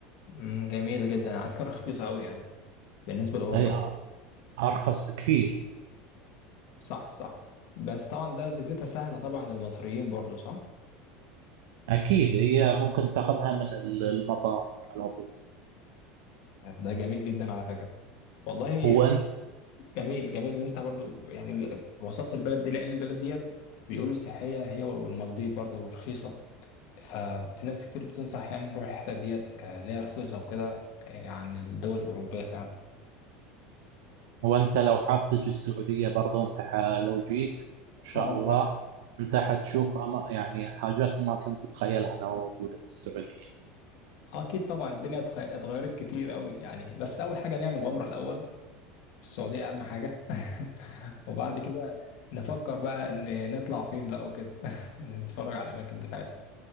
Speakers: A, on the left; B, on the right.
A: مم، جميل جدا على فكره رخيصه قوي يعني بالنسبه لاوروبا
B: هي
A: فعلا
B: أرخص بكثير
A: صح صح بس طبعا ده فيزيتها سهله طبعا للمصريين برضو صح
B: أكيد هي ممكن تاخذها من ال- المطار على طول
A: ده جميل جدا على فكره والله
B: هو
A: جميل جميل ان انت برضو يعني وصفت البلد دي لان البلد ديت بيقولوا سياحيه هي والمالديف برضو رخيصه ففي ناس كتير بتنصح يعني نروح الحتت ديت كليها رخيصه وكده يعني الدول الاوروبيه فعلا
B: هو انت لو حاب تجي السعودية برضه انت ح... لو جيت ان شاء
A: عمره
B: الله انت حتشوف أما... يعني حاجات ما كنت تتخيلها انها موجودة في السعودية
A: آه، اكيد طبعا الدنيا اتخ- اتغيرت كتير قوي يعني بس اول حاجه نعمل عمره الاول في السعوديه اهم حاجه <laughs> وبعد كده نفكر بقى ان نطلع فين بقى وكده <laughs> نتفرج على الاماكن بتاعتها